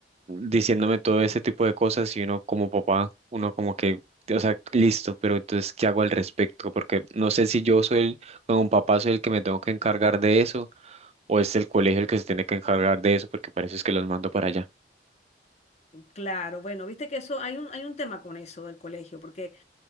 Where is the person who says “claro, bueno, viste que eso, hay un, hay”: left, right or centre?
Left